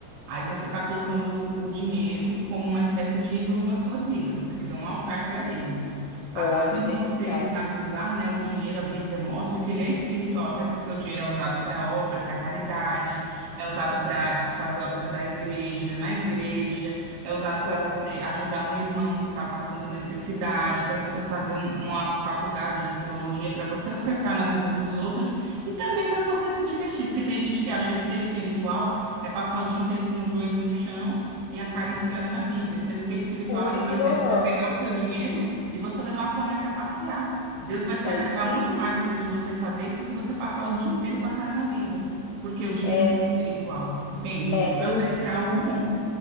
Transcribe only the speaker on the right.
Aí você tá colocando o dinheiro como uma espécie de ídolo na sua vida. Você criou um altar para ele. Agora,
quando
você sabe usar, né, o dinheiro, a Bíblia mostra que ele é espiritual, até porque o dinheiro é usado para obra, para caridade, é usado para fazer obras da igreja, na igreja, é usado
para você ajudar um irmão que está passando necessidade, para você fazer um- uma faculdade de teologia, para você ofertar na vida dos outros e também para você se divertir, porque tem gente que acha que ser espiritual é passar o dia inteiro com o joelho no chão e a cara enfiada na Bíblia, sendo que espiritual
é,
por exemplo, você pegar o seu dinheiro e você levar a sua mãe para passear. Deus vai se
agradar
muito mais às vezes de você fazer isso do que você passar o dia inteiro com a cara na Bíblia. Porque o dinheiro
é espiritual, entende?
Você
não usa
ele para algo bom.